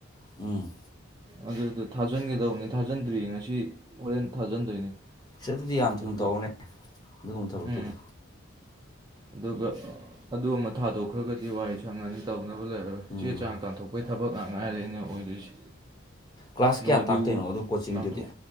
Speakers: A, on the left; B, on the right.
A: ꯎꯝ
B: ꯑꯗꯨꯗ ꯊꯥꯖꯤꯟꯒꯗꯧꯕꯅꯤ ꯊꯥꯖꯤꯟꯗ꯭ꯔꯤꯌꯦ ꯉꯁꯤ ꯍꯣꯔꯦꯟ ꯊꯥꯖꯤꯟꯗꯣꯏꯅꯤ
A: ꯁꯤ ꯑꯗꯨꯗꯤ ꯌꯥꯝ
B: ꯑꯗꯨꯒ
A: ꯊꯨꯅ ꯇꯧꯔꯅꯦ ꯑꯗꯨꯒꯨꯝꯕ ꯊꯕꯛꯇꯨꯗꯤ
B: ꯎ ꯑꯗꯨꯒ ꯑꯗꯨ ꯑꯃ ꯊꯥꯗꯣꯛꯈ꯭ꯔꯒꯗꯤ ꯋꯥꯔꯤ ꯁꯪꯉꯅꯤ ꯇꯧꯅꯕ ꯂꯩꯔꯔꯣꯏ
A: ꯎꯝ
B: ꯆꯦ ꯆꯥꯡ ꯇꯥꯟꯊꯣꯛꯄꯒꯤ ꯊꯕꯛ ꯉꯥꯡ ꯉꯥꯏꯔꯦ ꯑꯩꯅ ꯑꯣꯏꯗꯣꯏꯁꯦ
A: ꯀ꯭ꯂꯥꯁ
B: ꯅꯣ
A: ꯀꯌꯥ
B: ꯗ꯭ꯌꯨ
A: ꯇꯥꯛꯇꯣꯏꯅꯣ ꯑꯗꯨ ꯀꯣꯆꯤꯡꯗꯨꯗꯤ
B: ꯇꯥꯟꯊꯣꯛ